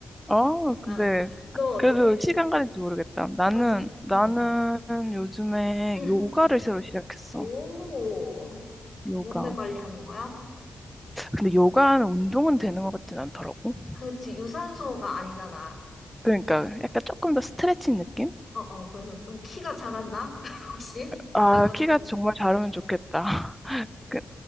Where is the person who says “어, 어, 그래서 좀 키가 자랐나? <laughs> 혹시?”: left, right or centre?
Left